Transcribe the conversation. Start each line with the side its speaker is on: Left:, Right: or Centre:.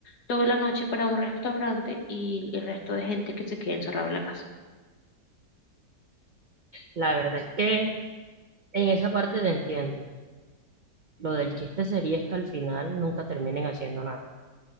Left: toda la noche para un restaurante y el resto de gente que se quede encerrado en la casa.
Right: La verdad es que en esa parte te entiendo. Lo del chiste sería es que al final nunca terminen haciendo nada.